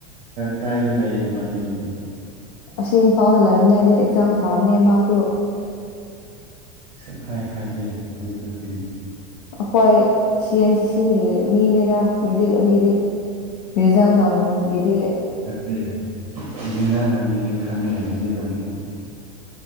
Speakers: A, on the right; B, on the left.
A: ꯀꯥꯏꯗ ꯂꯩꯌꯦ ꯃꯥꯗꯅꯣ
B: ꯑꯁꯤ ꯏꯝꯐꯥꯜꯗ ꯂꯩꯝꯅꯦ ꯅꯅꯤꯠ ꯑꯦꯛꯖꯥꯝ ꯊꯥꯑꯕꯅꯦ ꯃꯥꯁꯨ
A: ꯁꯛ ꯍꯥꯏ ꯍꯥꯏꯗꯦ ꯅꯨꯃꯤꯠꯂꯗꯤ
B: ꯍꯈꯣꯏ ꯁꯤ ꯑꯦꯟ ꯁꯤ ꯁꯤꯒꯤ ꯃꯤꯅꯦꯗ ꯃ꯭ꯌꯨꯖꯤꯠꯂꯨꯝꯒꯤꯗꯤ ꯃ꯭ꯌꯨꯖꯥ ꯥꯡꯒꯤꯗꯤ
A: ꯅꯦ ꯂꯤꯂ ꯅꯪꯗꯤ ꯈꯪꯦꯖ ꯪꯒꯤꯗꯤ